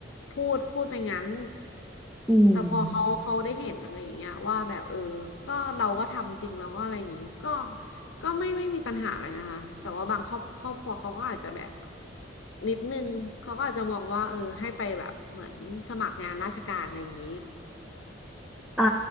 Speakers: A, on the left; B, in the centre.
A: พูดพูดไปงั้น
B: อืม
A: แต่พอเขาเขาได้เห็นอะไรอย่างเงี้ยว่าแบบเออก็เราก็ทำจริงแล้วก็อะไรอย่างงี้ก็ก็ไม่ไม่มีปัญหาอะไรนะคะแต่ว่าบางครอบครอบครัวเขาก็อาจจะแบบนิดนึงเขาก็อาจจะมองว่าเออให้ไปแบบเหมือนสมัครงานราชการอะไรอย่างนี้
B: อ่า